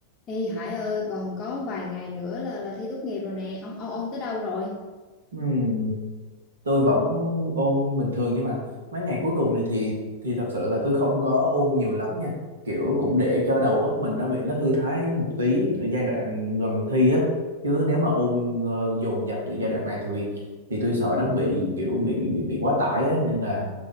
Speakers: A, on the left; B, on the right.
A: Ê Hải ơi, còn có vài ngày nữa là là thi tốt nghiệp rồi nè. Ông ông ông tới đâu rồi?
B: Ừm, tôi vẫn ôn bình thường nhưng mà mấy ngày cuối cùng này thì thì thật sự là tôi không có ôn nhiều lắm nha kiểu cũng để cho đầu óc mình nó bị nó thư thái một tí ở giai đoạn gần thi á chứ nếu mà ôn ờ, dồn dập từ giai đoạn này thì thì tôi sợ nó bị kiểu bị bị bị quá tải á nên là